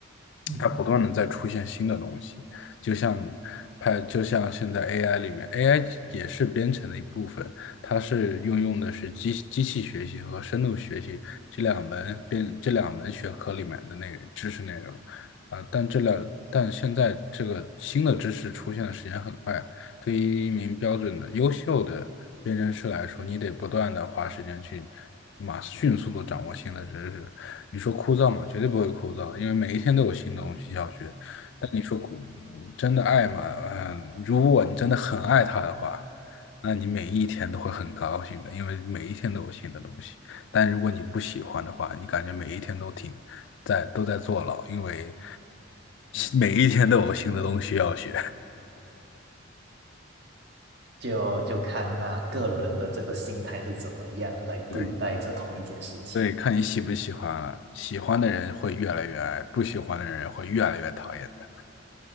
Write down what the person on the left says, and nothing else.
它不断的在出现新的东西，就像它就像现在 AI 里面，AI 也是编程的一部分，它是运用的是机机器学习和深度学习这两门编这两门学科里面的那个知识内容啊，但这两但现在这个新的知识出现的时间很快，对于一名标准的优秀的对人士来说，你得不断的花时间去马迅速的掌握新的知识。你说枯燥吗？绝对不会枯燥，因为每一天都有新东西要学。但你说枯真的爱吗？嗯，如果你真的很爱它的话，那你每一天都会很高兴的，因为每一天都有新的东西。但如果你不喜欢的话，你感觉每一天都挺在都在坐牢，因为每一天都有新的东西要学。
<laughs> 对。对，看你喜不喜欢了。喜欢的人会越来越爱，不喜欢的人会越来越讨厌的。